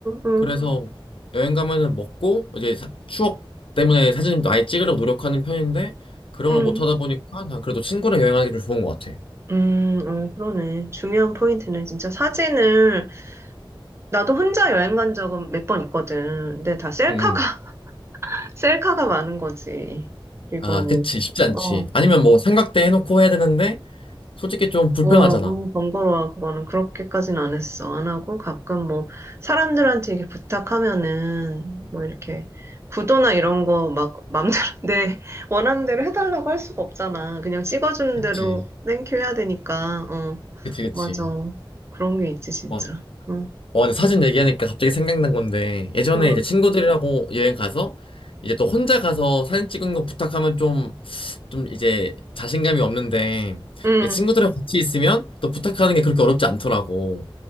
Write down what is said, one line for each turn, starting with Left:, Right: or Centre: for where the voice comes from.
Right: 음,
Left: 그래서 여행 가면은 먹고 이제 사- 추억 때문에 사진 많이 찍으려고 노력하는 편인데 그런
Right: 음.
Left: 걸 못 하다 보니까 난 그래도 친구랑 여행하는 게 좀 좋은 것 같아.
Right: 음, 어, 그러네. 중요한 포인트는 진짜 사진을 나도 혼자 여행 간 적은 몇 번 있거든. 근데 다 셀카가,
Left: 응, 응.
Right: <laughs> 셀카가 많은 거지. 그리고
Left: 아, 그치. 쉽지 않지.
Right: 뭐, 어,
Left: 아니면 뭐 생각대 해놓고 해야 되는데 솔직히 좀 불편하잖아.
Right: 어, 어, 번거로워. 그거는 그렇게까지는 안 했어. 안 하고 가끔 뭐, 사람들한테 이게 부탁하면은, 뭐 이렇게, 구도나 이런 거 막 맘대로 <laughs> 내 원하는 대로 해달라고 할 수가 없잖아. 그냥 찍어주는
Left: 그치.
Right: 대로 땡큐 해야 되니까. 어,
Left: 그치, 그치.
Right: 맞아. 그런 게 있지, 진짜.
Left: 와,
Right: 응,
Left: 와, 근데 사진 얘기하니까 갑자기 생각난 건데 예전에
Right: 응,
Left: 이제 친구들이라고 여행 가서 이제 또 혼자 가서 사진 찍은 거 부탁하면 좀 좀 이제 자신감이 없는데
Right: 응,
Left: 이제 친구들이랑 같이 있으면 또 부탁하는 게 그렇게 어렵지 않더라고.